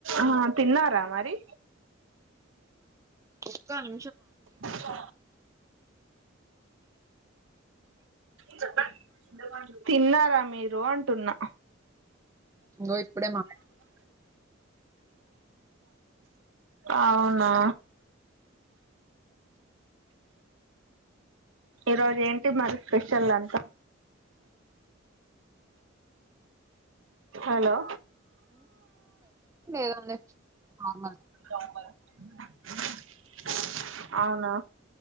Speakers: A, on the right; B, on the right.
A: ఆ తిన్నారా మరి
B: ఒక్క నీ
A: నిక్ కవల్నా తిన్నారా మీరు అంటున్నా
B: ఇంగో ఇప్పుడే మా
A: అవునా ఈరోజు ఏంటి మరి స్పెషల్ వంటా హలో
B: లేదండి నార్మల్
A: బ <unintelligible> అవునా